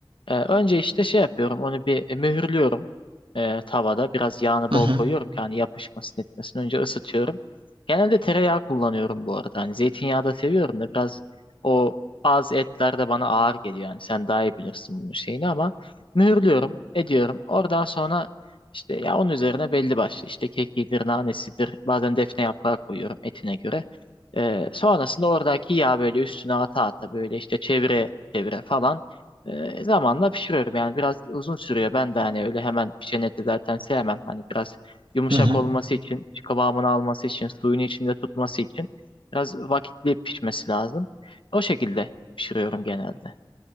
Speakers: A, on the left; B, on the right.
A: Ee, önce işte şey yapıyorum onu bir e, mühürlüyorum ee, tavada biraz yağını
B: Hı
A: bol
B: hı.
A: koyuyorum ki hani yapışmasın etmesin önce ısıtıyorum. Genelde tereyağı kullanıyorum bu arada hani zeytinyağı da seviyorum da biraz o bazı etler de bana ağır geliyor yani sen daha iyi bilirsin bunun şeyini ama mühürlüyorum ediyorum oradan sonra işte ya onun üzerine belli başlı işte kekidir nanesidir bazen defne yaprağı koyuyorum etine göre. Ee, sonrasında oradaki yağ böyle üstüne ata ata böyle işte çevire çevire falan. E, zamanla pişiriyorum yani biraz uzun sürüyor. Ben de hani öyle hemen pişen eti zaten sevmem. Hani biraz yumuşak
B: Hı hı.
A: olması için, işte kıvamını alması için, suyunu içinde tutması için biraz vakitli pişmesi lazım. O şekilde pişiriyorum genelde.